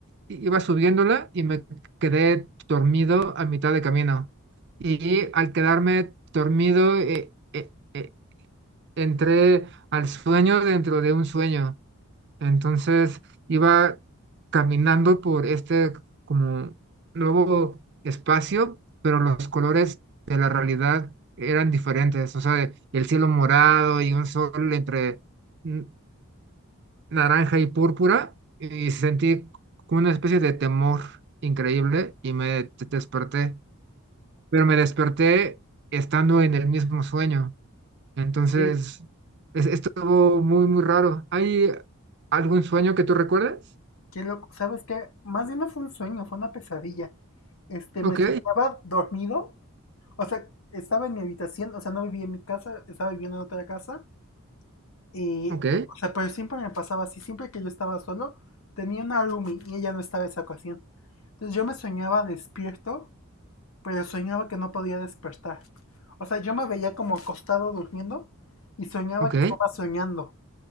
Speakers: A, on the right; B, on the left.
A: i- iba subiéndola y me quedé dormido a mitad de camino. Y al quedarme dormido, eh, eh, eh, entré al sueño dentro de un sueño. Entonces iba caminando por este como nuevo espacio, pero los colores de la realidad eran diferentes. O sea, el cielo morado y un sol entre n- naranja y púrpura, y sentí como una especie de temor increíble y me te- desperté. Pero me desperté estando en el mismo sueño. Entonces,
B: Sí,
A: es- estuvo muy, muy raro. ¿Hay algún sueño que tú recuerdes?
B: qué loco. ¿Sabes qué? Más bien no fue un sueño, fue una pesadilla. Este,
A: Ok,
B: me soñaba dormido. O sea, estaba en mi habitación, o sea, no vivía en mi casa, estaba viviendo en otra casa. Y,
A: ok,
B: o sea, pero siempre me pasaba así, siempre que yo estaba solo, tenía una roomie y ella no estaba en esa ocasión. Entonces yo me soñaba despierto, pero soñaba que no podía despertar. O sea, yo me veía como acostado durmiendo y soñaba
A: ok.
B: que estaba soñando.